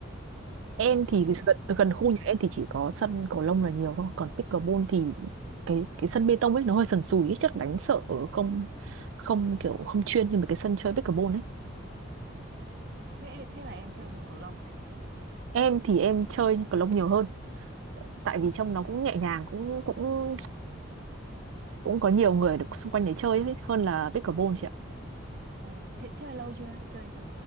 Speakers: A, on the right; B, on the right.
A: em thì
B: nhưng mà
A: gần, gần khu
B: ờ,
A: nhà em thì chỉ có sân cầu lông là nhiều thôi còn pickleball thì cái cái sân bê tông ấy nó hơi sần sùi ấy, chắc đánh sợ ở không không kiểu không chuyên như mấy cái sân chơi pickleball ấy
B: thế thế là em chơi môn cầu lông à
A: em thì em chơi cầu lông nhiều hơn tại vì trong nó cũng nhẹ nhàng cũng cũng cũng có nhiều người được xung quanh để chơi ấy, hơn là pickleball chị ạ
B: ờ, thế chơi lâu chưa chơi từ